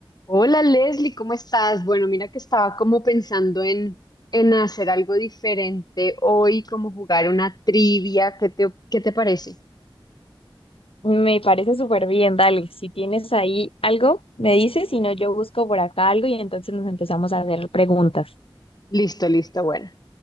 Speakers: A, on the left; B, on the left.
A: Hola Leslie, ¿cómo estás? Bueno, mira que estaba como pensando en, en hacer algo diferente hoy, como jugar una trivia. ¿Qué te, qué te parece?
B: Me parece súper bien, dale. Si tienes ahí algo, me dices, si no, yo busco por acá algo y entonces nos empezamos a hacer preguntas.
A: Listo, listo, bueno.